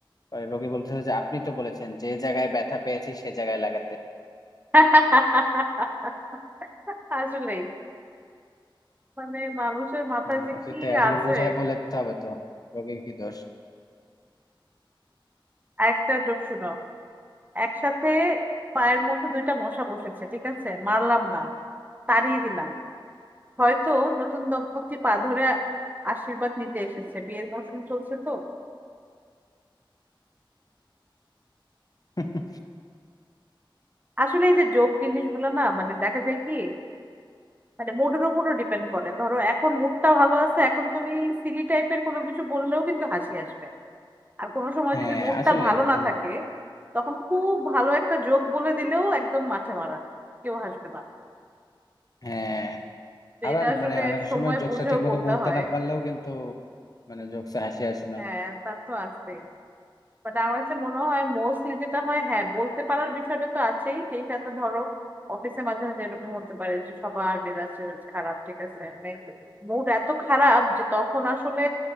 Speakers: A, on the left; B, on the right.
A: পরে রোগী বলতেছে যে আপনি তো বলেছেন যে জায়গায় ব্যথা পেয়েছি সে জায়গায় লাগাতে
B: <laughs> আসলেই মানে মানুষের মাথায়
A: হ্যাঁ
B: যে কি
A: সেটাই আসলে
B: আছে
A: বুঝায় বলে দিতে হবে তো রোগীর কি দোষ
B: একটা জোক শুনো একসাথে পায়ের মধ্যে দুইটা মশা বসেছে ঠিক আছে মারলাম না তাড়িয়ে দিলাম হয়তো নতুন দম্পতি পা ধরে আশীর্বাদ নিতে এসেছে বিয়ের মৌসুম চলছে তো
A: <laughs>
B: আসলে এই যে যোগ জিনিসগুলো না মানে দেখা যায় কি মানে মুডের উপরও ডিপেন্ড করে ধরো এখন মুডটা ভালো আছে এখন তুমি সিলি টাইপের কোনো কিছু বললেও কিন্তু হাসি আসবে আর কোনো সময়
A: হ্যাঁ
B: যদি মুডটা
A: আসলে
B: ভালো না
A: হুম,
B: থাকে তখন খুব ভালো একটা জোক বলে দিলেও একদম মাঠে মারা কেউ হাসবে না
A: হ্যাঁ
B: তো
A: আবার
B: এটা আসলে
A: মানে অনেক
B: সময়
A: সময় জোকসটা
B: বুঝেও
A: ঠিক মতো
B: বলতে
A: বলতে
B: হয়
A: না পারলেও কিন্তু মানে জোকসে হাসি আসে না
B: হ্যাঁ তা তো আছে বাট আমার কাছে মনে হয় মোস্টলি যেটা হয় হ্যাঁ বলতে পারার বিষয়টা তো আছেই সেই সাথে ধরো অফিসে মাঝে মাঝে এরকম হতে পারে যে সবার মেজাজ টেজাজ খারাপ ঠিক আছে মানে মুড এত খারাপ যে তখন আসলে